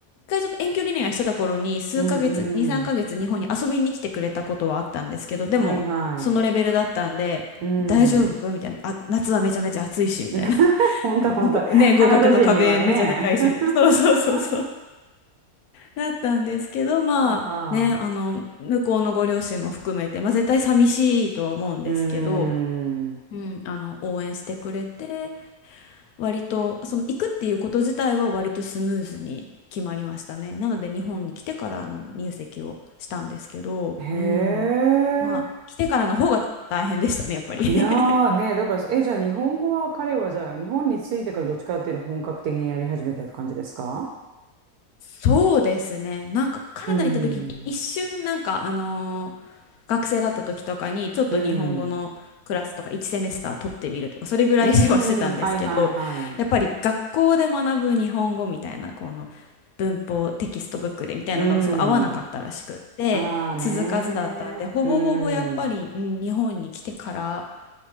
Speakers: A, on the left (about 70°); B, on the right (about 75°).
A: 回ちょっと遠距離恋愛してた頃に数ヶ月、
B: うん
A: 2、3ヶ月日本に遊びに来てくれたことはあったんですけど、
B: うん。
A: でもそのレベルだったんで、
B: はいはい。うん。
A: 大丈夫みたいな。あ、夏はめちゃめちゃ暑いし、みたいな。
B: <laughs>
A: <laughs>
B: 本当本当。
A: ごね、合格の壁めちゃでかいし、
B: カナダ人にはね。<laughs>
A: みたいな。そうそうそうそう。だったんですけど、まあね、
B: はあはあ。
A: あの、向こうのご両親も含めて、まあ絶対寂しいとは思うんですけど、
B: うーん。
A: うん、あの、応援してくれて、割と、その行くっていうこと自体は割とスムーズに決まりましたね。なので日本に来てからの入籍をしたんですけど、
B: へえ。
A: うん。まあ、来てからの方が大変でしたね、やっぱり。
B: いやーね、
A: <laughs>
B: だから、え、じゃあ日本語は彼はじゃあ日本に着いてからどっちかっていうと本格的にやり始めたって感じですか
A: そうですね。なんかカナダに行った時に一瞬なんかあの
B: うーん。
A: 学生だった時とかにちょっと日本語のクラスとか1セメスター取ってみるとかそれぐらいはしてたんですけどやっぱり学校で学ぶ日本語みたいなこの文法テキストブックでみたいなのがすごい合わなかったらしくって続かずだったんでほぼほぼやっぱり、
B: うん。うん。はいはいはい。うん。ああねー。うん。
A: うん、日本に来てから